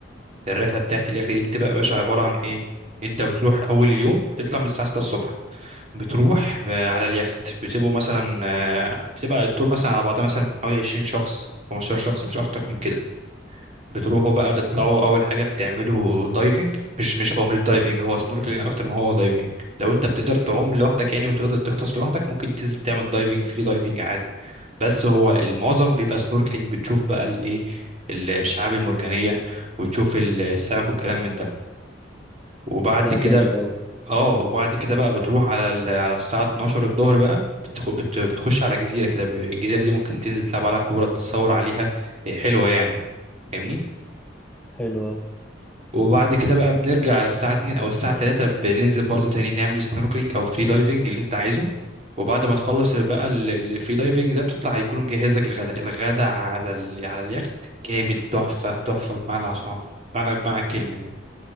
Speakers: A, on the right; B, in the centre.
A: الرحله بتاعت اليخت دي بتبقى يا باشا عباره عن ايه انت بتروح اول اليوم تطلع من الساعه 6 الصبح بتروح ب- على اليخت بتبقوا مثلا آه، بتبقى التور مثلا على بعضها مثلا حوالي 20 شخص 15 شخص مش اكتر من كده بتروحوا بقى تطلعوا اول حاجه بتعملوا دايفنج مش مش هو مش دايفنج هو سنوركلينج اكتر ما هو دايفنج لو انت بتقدر تعوم لوحدك يعني وتقدر تغطس لوحدك ممكن تنزل تعمل دايفنج فري دايفنج عادي بس هو المعظم بيبقى سنوركلينج بتشوف بقى الايه الشعاب المرجانيه وتشوف السمك والكلام من ده وبعد
B: ده
A: كده
B: جامد أوي
A: اه وبعد كده بقى بتروح على ال- على الساعه 12 الظهر بقى بتخ- بت- بتخش على جزيره كده الجزيره دي ممكن تنزل تلعب على كوره تتصور عليها حلوه يعني فاهمني
B: حلو أوي
A: وبعد كده بقى بنرجع على الساعة 2 أو الساعة 3 بننزل برضو تاني نعمل سنوركلينج أو فري دايفنج اللي أنت عايزه وبعد ما تخلص بقى ال- ال- الفري دايفنج ده بتطلع يكون مجهز لك الغداء الغداء على ال... على اليخت جامد تحفة تحفة بمعنى صعب بمعنى بمعنى الكلمة يعني